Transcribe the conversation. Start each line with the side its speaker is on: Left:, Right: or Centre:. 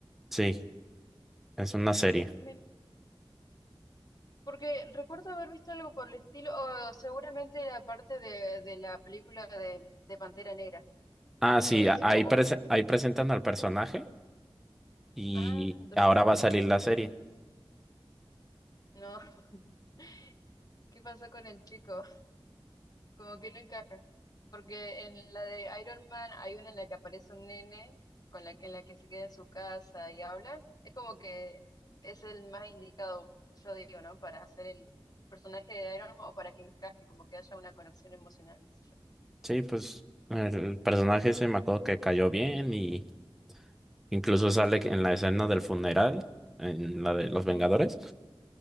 Centre: Sí, es una serie.
Left: Ah, mire. Porque recuerdo haber visto algo por el estilo, o seguramente era parte de, de la película de, de Pantera Negra,
Centre: Ah, sí,
Left: eh,
Centre: a-
Left: supongo.
Centre: ahí, prese- ahí presentan al personaje y
Left: Ah, entonces
Centre: ahora
Left: sí.
Centre: va a salir la serie.
Left: No, <laughs> ¿qué pasó con el chico? como que no encaja. Porque en la de Iron Man hay una en la que aparece un nene con la, en la que se queda en su casa y hablan. Es como que es el más indicado, yo digo, ¿no? Para hacer el personaje de Iron Man o para que encaje, como que haya una conexión emocional, qué sé yo.
Centre: Sí, pues el personaje se me acuerdo que cayó bien y Incluso sale en la escena del funeral, en la de Los
Left: Mm,
Centre: Vengadores.